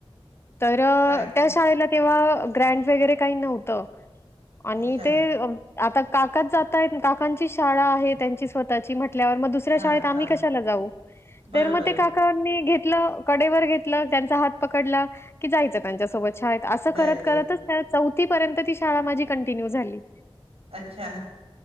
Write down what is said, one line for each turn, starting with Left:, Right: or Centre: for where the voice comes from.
Left: तर
Right: काय काय
Left: त्या शाळेला तेव्हा ग्रँड वगैरे काही नव्हतं. आणि
Right: अच्छा
Left: ते आता काकात जातय काकांची शाळा आहेत. त्यांची स्वतःची म्हटल्यावर मग दुसऱ्या
Right: हा
Left: शाळेत आम्ही
Right: हा
Left: कशाला जाऊ
Right: बरोबर
Left: तर मग ते काकांनी घेत. कडेवर घेतलं त्यांच हात पकडला की जायचं त्याच्यासोबत अस
Right: जायचं
Left: करत करतच चौ तो पर्यंत ती शाळा माझी कंटिन्यू झाली.
Right: अच्छा